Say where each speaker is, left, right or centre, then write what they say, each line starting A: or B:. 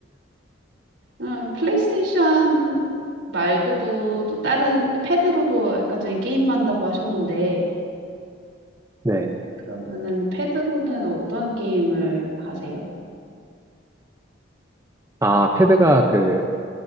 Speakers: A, on the right (about 75°); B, on the right (about 15°).
A: 음, 플레이스테이션 말고도 또 다른 패드로도 아까 전에 게임 한다고 하셨는데
B: <laughs> 네.
A: 그러면은 패드로는 어떤 게임을 하세요?
B: 아, 패드가 그,